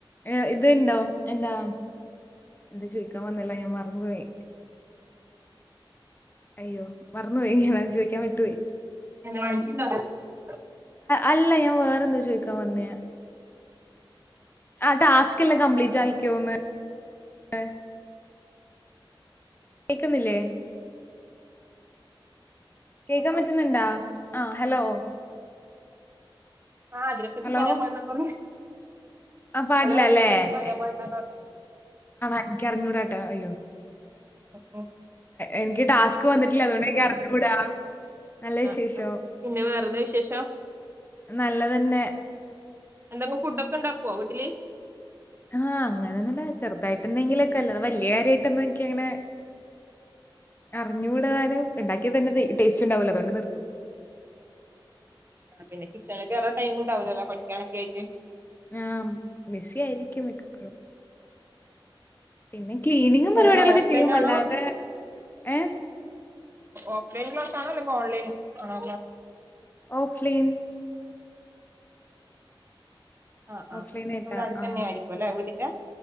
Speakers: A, on the left; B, on the right.
A: ഏ ഇത്ഇണ്ടാവും എന്താ എന്താ, ചോയ്ക്കാൻ, വന്നല്ല, ഞാൻ, മറന്ന, പോയി അയ്യോമറന്നു പോയി അത് ചോയ്ക്കാൻ വിട്ടു പോയി
B: <unintelligible>
A: അല്ല ഞാൻ വേറെന്തോ ചോയ്ക്കാൻ വന്നേ ആ ടാസ്ക് എല്ലാം കംപ്ലീറ്റ് ആയിക്കോന്ന് ന്ന് കേക്കുന്നില്ലേ കേൾക്കാൻ
B: ഹലോ
A: പറ്റുന്നുണ്ടാ ആഹ ഹലോ
B: ആഹ് അതിനെ പറ്റി
A: ഹലോ
B: പറയാൻ പാടില്ലന്ന് പറഞ്ഞു
A: ആ പാടില്ലാ
B: ഹലോ അതിനെപ്പറ്റി
A: ലെ <unintelligible>
B: പറയാൻ പാടില്ലാന്ന് പറഞ്ഞു
A: എനിക്ക് അറിഞ്ഞൂട ട്ടാ അയ്യോ
B: <unintelligible>
A: എനിക്ക്, ടാസ്ക്, വന്നിട്ടില്ല, അതുകൊണ്ട്, എനിക്ക്, അറിഞ്ഞൂടാ നല്ല വിശേഷോ?
B: ആ, ആ, പിന്നെ, വേറെതാ, വിശേഷം
A: നല്ലതന്നെ
B: എന്തെങ്ങും, ഫുഡ്‌ ഒക്കെ, ഉണ്ടാക്കുവോ, വീട്ടില്
A: ആഹ്, അങ്ങനെയൊന്നുല്ലാ ചെറുതായിട്ട്, എന്തെങ്കിലും ഒക്കെ അല്ലാതെ വെല്ലിയെ കാര്യായിട്ടൊന്നും എനിക്കങ്ങനെ അറിഞ്ഞുടാനും ഇണ്ടാക്കിയതന്നെ ടേസ്റ്റ്ഇണ്ടാവൂല അതൊണ്ട്, നിർത്തും
B: ആ പിന്നെ കിച്ചണില് കേറാൻ ടൈമും ഇണ്ടാവൂലല്ലോ പഠിക്കാനൊക്കെ ആയിട്ട്
A: ആഹ ബിസിയായിരിക്കും മിക്കപ്പഴും പിന്നെ പരിപാടികളൊക്കെ
B: എങ്ങനെ ഓഫ്ലൈൻ
A: ചെയ്യും.
B: ആണോ
A: അല്ലാതെ ഏഹ്
B: ഓഫ്ലൈൻ ഓൺലൈൻ ആണോ
A: ഓഫ്ലൈൻ
B: ആഹ് ആ്ഹ്
A: ഓഫ് ലൈൻ ആയിട്ടാ.
B: അവിടെ അടുത്തു
A: ആഹ്
B: തന്നെ ആയിരിക്കും അല്ലേ വീടിന്റെ